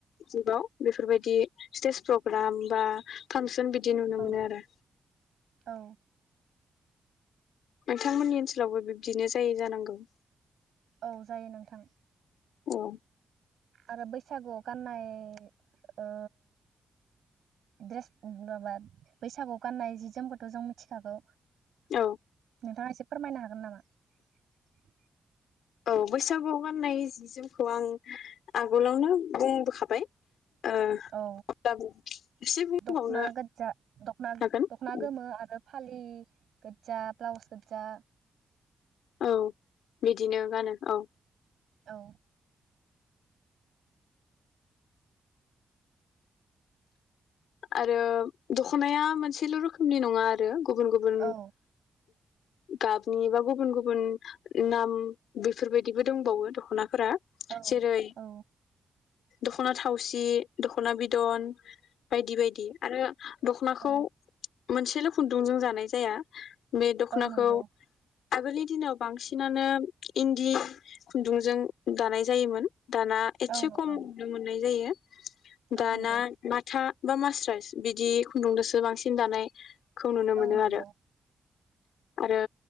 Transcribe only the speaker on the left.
जुगाव बेफोरबायदि स्टेज प्रग्राम बा फांसन बिदि नुनो
मोनो आरो।
नोंथांमोननि ओनसोलावबो बिब्दिनो जायो जानांगौ?
औ
औ
औ बैसागुवाव गाननाय जि जोमखौ आं आगोलावनो बुंबोखाबाय ओ
अब्लाबो एसे बुंबावनो
हागोन
औ बिदिनो गानो औ।
आरो दख'नाया मोनसेल' रोखोमनि नङा आरो। गुबुन गुबुन
गाबनि बा गुबुन गुबुन नाम बेफोरबायदिबो दंबावो दख'ना फोरा
जेरै
दख'ना थावसि दख'ना बिदन बायदि बायदि आरो दखनाखौ
मोनसेल' खुन्दुंजों जानाय जा जाया बे दख'नाखौ
आगोलनि दिनाव बांसिनानो इन्दि खुन्दुंजों दानाय जायोमोन। दाना एस्से
खम नुनो मोननाय जायो।
दाना
माथा बा मास्राइस बिदि खुन्दुंजोंसो बांसिन दानाय खौ नुनो
मोनो
आरो। आरो